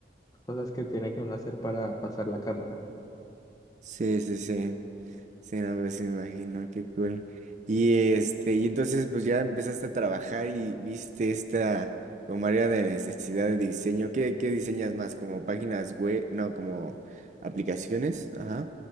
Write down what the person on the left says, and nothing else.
cosas que tiene que uno hacer para pasar la carrera.